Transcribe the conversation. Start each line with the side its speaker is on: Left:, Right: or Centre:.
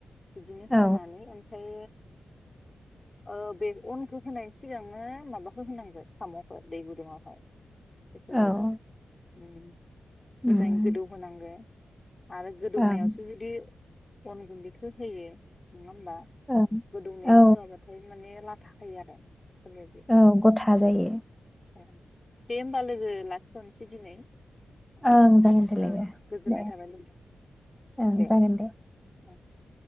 Left: बिदिनो होनानै
Centre: औ
Left: ओमफाय बे ओ बे अनखौ होनायनि सिगांनो माबाखौ होनांगो सामखौ दै गुदुंङावहाय बेखो
Centre: औ
Left: जायो <unintelligible>
Centre: उम
Left: मोजांङै गोदौ होनांगो आरो गोदौनायावसो
Centre: ओं
Left: जुदि अन गुन्दै हो होयो नङा होमबा
Centre: ओं
Left: गोदौनायाव
Centre: औ
Left: होबाथाय माने लाथ थाखायो आरो बेफोरबायदि
Centre: औ गथा जायो।
Left: ए दे होमबा लो गो लाखिथनोसै दिनै
Centre: ओं जागोन दे लोगो
Left: औ गोजोननाय
Centre: दे
Left: थाबाय लोगो
Centre: ओं
Left: दे
Centre: जागोन
Left: <unintelligible>